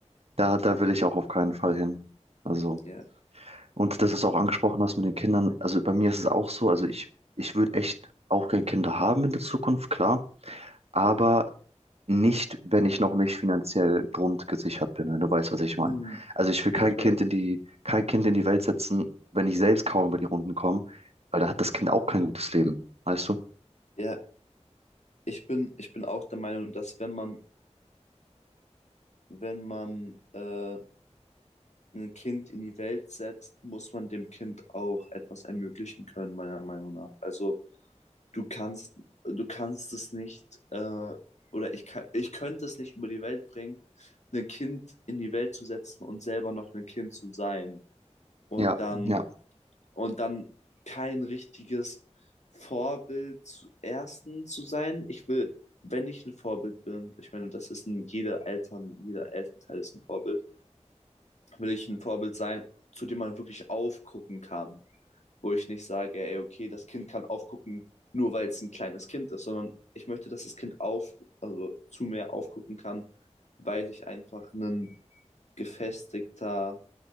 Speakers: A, on the right; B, on the left.
A: Da, da will ich auch auf keinen Fall hin. Also,
B: ja.
A: und dass du es auch angesprochen hast mit den Kindern, also bei mir ist es auch so, also ich, ich würde echt auch gerne Kinder haben in der Zukunft, klar, aber nicht, wenn ich noch nicht finanziell grundgesichert bin, wenn du weißt, was ich meine.
B: Hm.
A: Also ich will
B: Ich
A: kein
B: check.
A: Kind in die, kein Kind in die Welt setzen, wenn ich selbst kaum über die Runden komme, weil da hat das Kind auch kein gutes Leben, weißt du?
B: Ja, ich bin, ich bin auch der Meinung, dass wenn man, wenn man äh, ein Kind in die Welt setzt, muss man dem Kind auch etwas ermöglichen können, meiner Meinung nach. Also du kannst, du kannst es nicht, äh, oder ich kann, ich könnte es nicht über die Welt bringen, ein Kind in die Welt zu setzen und selber noch ein Kind zu sein. Und
A: Ja,
B: dann
A: ja.
B: und dann kein richtiges Vorbild zu ersten zu sein. Ich will, wenn ich ein Vorbild bin, ich meine, das ist ein jeder Eltern, jeder Elternteil ist ein Vorbild, will ich ein Vorbild sein, zu dem man wirklich aufgucken kann, wo ich nicht sage, ey, okay, das Kind kann aufgucken, nur weil es ein kleines Kind ist, sondern ich möchte, dass das Kind auf, also zu mir aufgucken kann, weil ich einfach ein gefestigter,